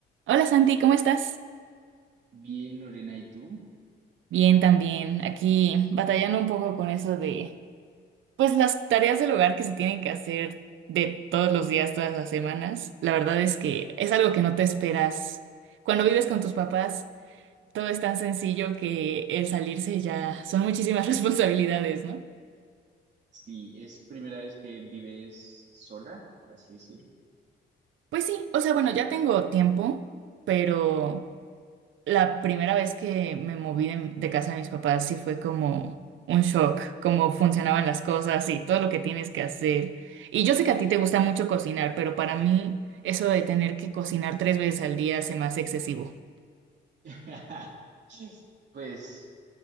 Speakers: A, on the right; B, on the right.
A: Hola Santi, ¿cómo estás?
B: Bien, Lorena, ¿y tú?
A: Bien, también. Aquí batallando un poco con eso de, pues las tareas del hogar que se tienen que hacer de todos los días, todas las semanas. La verdad es que es algo que no te esperas. Cuando vives con tus papás, todo es tan sencillo que el salirse ya son muchísimas <laughs> responsabilidades, ¿no?
B: Sí, es primera vez que vives sola, por así decirlo.
A: Pues sí, o sea, bueno, ya tengo tiempo, pero La primera vez que me moví de, de casa de mis papás sí fue como un shock, cómo funcionaban las cosas y todo lo que tienes que hacer. Y yo sé que a ti te gusta mucho cocinar, pero para mí eso de tener que cocinar tres veces al día se me hace excesivo.
B: <laughs> Pues